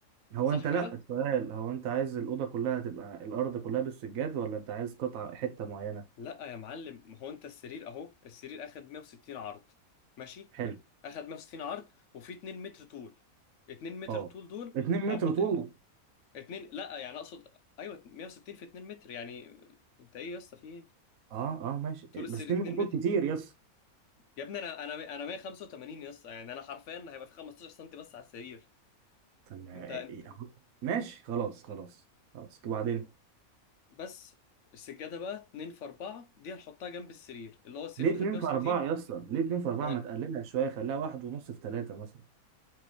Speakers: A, on the right; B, on the left.
A: هو
B: صح
A: انت لا
B: كده
A: السؤال هو انت عايز الاوضه كلها تبقى الارض كلها بالسجاد ولا انت عايز قطعه حته معينه
B: لا يا معلم ما هو انت السرير اهو السرير اخد 160 عرض ماشي
A: حلو
B: اخد 160 عرض وفي 2 متر طول 2 متر
A: اه
B: طول دول
A: 2 متر
B: أب...
A: طول
B: 2 لا يعني اقصد ايوه 160 في 2 متر يعني انت ايه يا اسطى في ايه
A: اه اه ماشي
B: طول السرير
A: بس 2
B: 2
A: متر طول
B: متر
A: كتير يس
B: يا ابني انا انا انا 185 يا اسطى يعني انا حرفيا هيبقى في 15 سم بس على السرير
A: طب ما-
B: انت انت
A: إيه، أهو. ماشي خلاص خلاص خلاص وبعدين
B: بس السجاده بقى 2 في 4 دي هنحطها جنب السرير اللي هو السرير
A: ليه
B: واخد
A: 2
B: 160
A: في 4 يا اسطى ليه 2 في 4
B: ما هو
A: ما تقللها شويه خليها واحد ونص في 3 مثلا